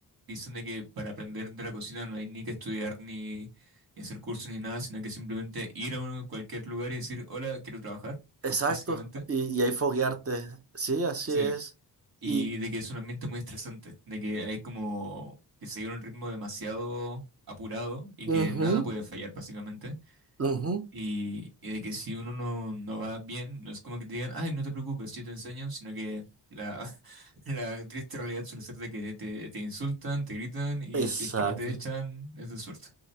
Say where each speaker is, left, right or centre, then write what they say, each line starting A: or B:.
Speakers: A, on the right; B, on the right.
A: dicen de que para aprender de la cocina no hay ni que estudiar ni, ni hacer cursos ni nada, sino que simplemente ir a un- cualquier lugar y decir, hola, quiero trabajar, <laughs>
B: Exacto,
A: básicamente.
B: y, y ahí foguearte. Sí, así
A: Sí,
B: es.
A: y
B: Y,
A: de que es un ambiente muy estresante, de que hay como que seguir un ritmo demasiado apurado y
B: ujú,
A: que nada puede fallar, básicamente.
B: ujú,
A: Y, y de que si uno no, no va bien, no es como que te digan, ay, no te preocupes, yo te enseño, sino que la, <laughs> la triste realidad suele ser de que te, te insultan, te gritan y
B: Exacto.
A: si es que no te echan, es de suerte.